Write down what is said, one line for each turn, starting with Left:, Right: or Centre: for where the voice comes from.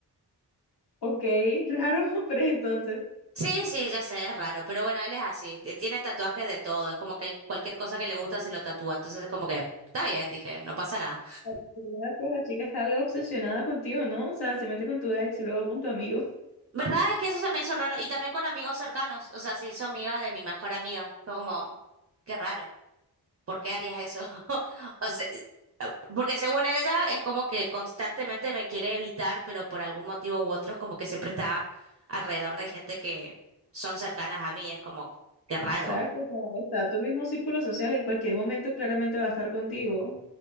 Left: Ok, <laughs> raro, pero entonces,
Right: Sí, sí, ya sé, es raro, pero bueno, él es así, t- tiene tatuajes de todo, es como que él cualquier cosa que le gusta se lo tatúa, entonces es como que está bien, dije, no pasa nada.
Left: Porque yo ya que la chica está algo obsesionada contigo, ¿no? O sea, se mete con tu ex y luego con tu amigo.
Right: ¿Verdad? Es que eso se me hizo raro y también con amigos cercanos, o sea, se hizo amiga de mi mejor amiga, fue como, qué raro. ¿Por qué harías eso? <laughs> O sea, eh, porque según ella es como que constantemente me quiere evitar, pero por algún motivo u otro es como que siempre está alrededor de gente que son cercanas a mí. Es como, qué raro.
Left: Exacto, o sea, está tu mismo círculo social, en cualquier momento claramente va a estar contigo.